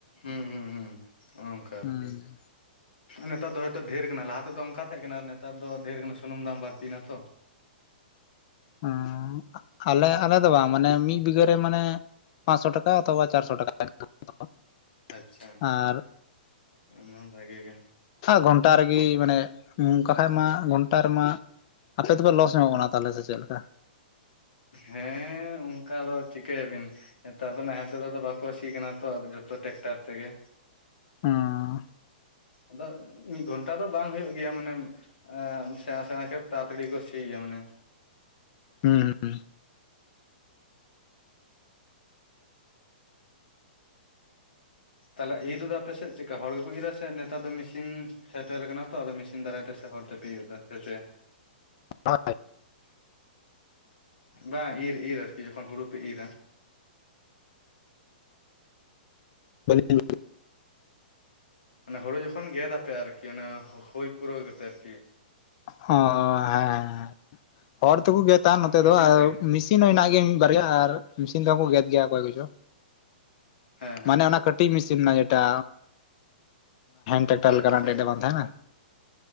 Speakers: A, on the left; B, on the left.
A: ᱦᱩᱸ ᱦᱩᱸ ᱦᱩᱸ ᱚᱱᱠᱟ
B: ᱦᱩᱸ᱾
A: ᱟᱨᱠᱤ ᱱᱮᱛᱟᱨ ᱫᱚ ᱦᱚᱭᱛᱚ ᱰᱷᱮᱨ ᱟᱠᱟᱱᱟ ᱞᱟᱦᱟ ᱛᱮᱫᱚ ᱚᱝᱠᱟ ᱛᱟᱦᱮᱸ ᱠᱟᱱᱟ ᱟᱨ ᱱᱮᱛᱟᱨ ᱫᱚ ᱰᱷᱮᱨ ᱠᱟᱱᱟ ᱥᱩᱱᱩᱢ ᱫᱟᱢ ᱵᱟ. ᱲᱛᱤᱱᱟ ᱛᱚ᱾ <inaudible>
B: ᱚᱸᱻ ᱟᱞᱮ ᱟᱞᱮ ᱫᱚ ᱵᱟᱝ ᱢᱟᱱᱮ ᱢᱤᱫ ᱵᱤᱜᱷᱟᱹ ᱨᱮ ᱢᱟᱱᱮ ᱯᱟᱸᱥᱥᱚ ᱴᱟᱠᱟ ᱦᱟᱛᱟᱣᱟ ᱪᱟᱨᱥᱚ ᱴᱟᱠᱟ᱾ <unintelligible>
A: ᱟᱪᱪᱷᱟ ᱟᱪᱪᱷᱟ
B: ᱟᱨ
A: ᱚᱱᱟ ᱦᱚᱸ ᱵᱷᱟ. ᱜᱤ ᱜᱮ᱾
B: ᱜᱷᱚᱱᱴᱟ ᱨᱮᱜᱮ ᱢᱟᱱᱮ ᱱᱚᱝᱠᱟ ᱠᱷᱟᱡ ᱢᱟ ᱜᱷᱚᱱᱴᱟ ᱨᱮᱢᱟ ᱟᱯᱮ ᱫᱚᱯᱮ ᱞᱚᱥ ᱧᱚᱜᱚᱜ ᱠᱟᱱᱟ ᱥᱮ ᱛᱟᱦᱚᱞᱮ ᱥᱮ ᱪᱮᱫ ᱞᱮᱠᱟ?
A: ᱦᱮᱸ ᱚᱝᱠᱟ ᱫᱚ ᱪᱤᱠᱟᱹᱭᱟ. ᱵᱤᱱ᱾ ᱱᱮᱛᱟᱨ ᱫᱚ ᱱᱟᱦᱮᱞ ᱛᱮᱫᱚ ᱟᱫᱚ ᱵᱟᱠᱚ ᱥᱤ ᱠᱟᱱᱟ ᱛᱚ ᱟᱫᱚ ᱡᱷᱚᱛᱚ ᱴᱮᱠᱴᱟᱨ ᱛᱮᱜᱮ᱾
B: ᱦᱚᱸᱻ
A: ᱟᱫᱚ ᱢᱤᱫ ᱜᱷᱚᱱᱴᱟ ᱫᱚ ᱵᱟᱝ ᱦᱩᱭᱩᱜ ᱜᱮᱭᱟ ᱢᱟᱱᱮ ᱮ ᱥᱮᱬᱟ ᱥᱮᱬᱟ ᱠᱷᱮᱛ ᱛᱟᱛᱟᱲᱤ ᱠᱚ ᱥᱤ ᱜᱮᱭᱟ ᱢᱟᱱᱮ᱾
B: ᱦᱩᱸ ᱦᱩᱸ᱾
A: ᱛᱟᱦᱚᱞᱮ ᱤᱨ ᱨᱮᱫᱚ ᱟᱯᱮᱥᱮᱫ ᱪᱮᱠᱟ ᱦᱚᱲ ᱜᱮᱠᱚ ᱤᱨ ᱟ ᱥᱮ ᱱᱮᱛᱟᱨ ᱫᱚ ᱢᱤᱥᱤᱱ ᱥᱮᱴᱮᱨ ᱟᱠᱟᱱᱟ ᱛᱚ ᱟᱫᱚ ᱢᱮᱥᱤᱱ ᱫᱟᱨᱟᱭ ᱛᱮ ᱥᱮ ᱦᱚᱲ ᱛᱮ ᱯᱮ ᱤᱭᱟ. ᱪᱚᱭᱟ?
B: ᱟ <unintelligible>
A: ᱵᱟᱝ ᱤᱨᱻ ᱤᱨ ᱟᱨᱠᱤ ᱡᱚᱠᱷᱚᱱ ᱦᱩᱲᱩ ᱯᱮ ᱤᱨᱟ᱾
B: ᱵ <unintelligible>
A: ᱦᱩᱲᱩ ᱡᱚᱠᱷᱚᱱ ᱜᱮᱫ ᱟᱯᱮ ᱟᱨᱠᱤ ᱚᱱᱟ ᱦᱩᱭ ᱯᱩᱨᱟᱹᱣ ᱠᱟᱛᱮᱫ ᱟᱨᱠᱤ?
B: ᱦᱚ ᱦᱮᱸ ᱦᱚᱲ ᱛᱚᱠᱚ ᱜᱮᱫ ᱮᱛ ᱱᱚᱛᱮ
A: ᱢᱮᱥᱤᱱ
B: ᱫᱚ ᱟᱨ
A: ᱛᱮᱜᱮ
B: ᱢᱤᱥᱤᱱ ᱦᱚᱸ ᱦᱮᱱᱟᱜ ᱜᱮᱭᱟ ᱢᱤᱫ ᱵᱟᱨᱭᱟ
A: ᱟᱪᱪᱷᱟ
B: ᱟᱨ ᱢᱤᱥᱤᱱ ᱛᱮᱦᱠᱚ ᱜᱮᱫ ᱜᱮᱭᱟ ᱚᱠᱚᱭ ᱠᱚᱪᱚ᱾
A: ᱦᱮᱸ ᱦᱮᱸ᱾
B: ᱢᱟᱱᱮ ᱚᱱᱟ ᱠᱟᱹᱴᱤᱡ ᱢᱤᱥᱤᱱ ᱨᱮᱱᱟᱜ ᱡᱮᱴᱟ ᱴᱨᱟᱠᱴᱟᱨ
A: ᱟᱪᱷᱟ
B: ᱞᱮᱠᱟᱱᱟᱜ ᱢᱤᱫᱴᱮᱡ
A: ᱟᱪᱷᱟ
B: ᱵᱟᱝ ᱛᱟᱦᱮᱱᱟ